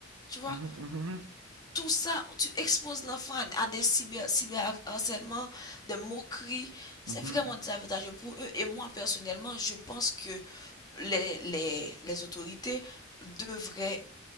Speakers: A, on the left; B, on the right.
A: Tu vois,
B: mhm, mhm,
A: tout ça, tu exposes l'enfant à à des cyber, cyberharcèlements, des moqueries. C'est
B: mhm,
A: vraiment
B: mhm,
A: désavantageux pour eux. Et moi, personnellement, je pense que les, les, les autorités devraient